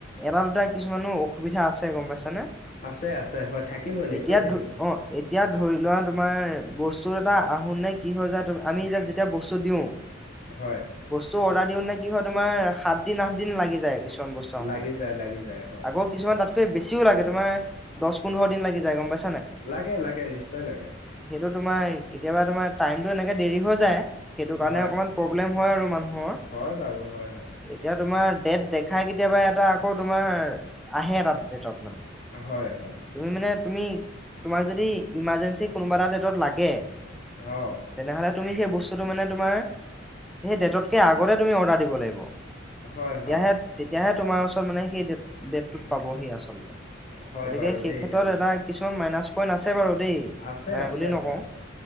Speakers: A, in the centre; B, on the left.
A: এটা দুটা কিছুমানো অসুবিধা আছে গম পাইছানে?
B: আছে আছে হয় থাকিব নিশ্চয়
A: এতিয়া
B: থাকিব
A: ধ অ' এতিয়া ধৰি লোৱা তোমাৰ বস <unintelligible> আমি এতিয়া যেতিয়া বস্তু দিওঁ,
B: হয়
A: বস্ত অৰ্ডাৰ <unintelligible> কি হয় তোমাৰ সাত দিন আঠ দিন লাগি যায় কিছুমান বস্তু আহোঁতে,
B: লাগি যায় লাগি যায় হয়
A: আকৌ কিছুমান ত বেছিও লাগে তোমাৰ দহ পোন্ধৰ দিন লাগি যায় গম পাইছে <unintelligible>
B: লাগে লাগে নিশ্চয় লাগে।
A: সেইটো তোমাৰ কেতিয়াবা তোমাৰ টাইমতটো এনেকে দেৰি হৈ যায় সেইটো কাৰণে
B: হয়
A: অকণমান প্ৰব্লেম হয় আৰু মানুহৰ
B: হয় বাৰু হয় হয়
A: এতিয়া তোমাৰ ডেট দেখাই কেতিয়াবা এটা আকৌ তোমাৰ আহে এটাত। মানে
B: হয় হয়
A: তুমি মানে তুমি তোমাক যদি ইমাৰজেঞ্চি কোনোবা এটা ডেটত লাগে
B: অ'।
A: তেনেহ'লে তুমি সেই বস্তুটো মানে তোমাৰ সেই ডেটতকে আগতে তুমি অৰ্ডাৰ দিব লাগিব
B: হয়
A: তেতিয়াহে,
B: হয়
A: তেতিয়াহে, তোমাৰ ওচৰত মানে সেই ডেটটোত পাবহি আচলতে।
B: হয়
A: গতিকে
B: বাৰু
A: সেই
B: দেই
A: ক্ষেত্ৰত
B: সেইটো
A: এটা
B: কথা
A: কিছুমান মাইনাচ পইন্ট আছে আছে বাৰু দেই
B: আছে
A: নাই
B: আছে
A: বুলি নকওঁ
B: হয়